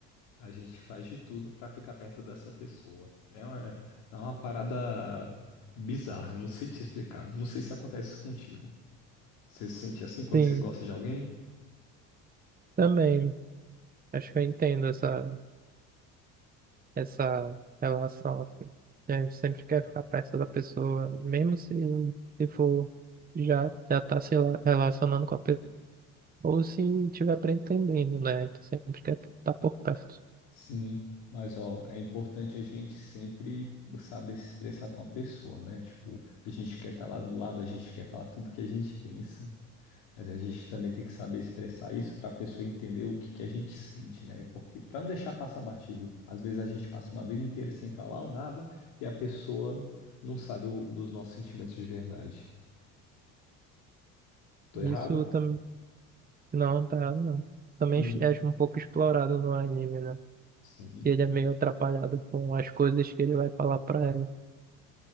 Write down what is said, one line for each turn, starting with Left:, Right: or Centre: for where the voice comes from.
Left: a gente faz de tudo pra ficar perto dessa pessoa. É uma, é uma parada bizarra, não sei te explicar. Não sei se acontece contigo. Você se sente assim quando
Right: Sim,
Left: você gosta de alguém?
Right: também. Acho que eu entendo essa, essa relação, assim. A gente sempre quer ficar perto da pessoa, mesmo se, se for já, já tá se rela- relacionando com a pessoa, ou se tiver pretendendo, né? Sempre quer estar por perto.
Left: Sim, mas ó, é importante a gente sempre saber se expressar com a pessoa, né? Tipo, a gente quer estar lá do lado, a gente quer falar tudo que a gente pensa, mas a gente também tem que saber expressar isso para a pessoa entender o que que a gente sente, né? Porque para não deixar passar batido, às vezes a gente passa uma vida inteira sem falar ou nada e a pessoa não sabe o- dos nossos sentimentos de verdade. Tô errado?
Right: Isso
Left: <laughs>
Right: também. Não, tá errado, não. Também
Left: Uhum.
Right: é acho um pouco explorado no anime, né?
Left: Sim.
Right: Que ele é meio atrapalhado com as coisas que ele vai falar pra ela.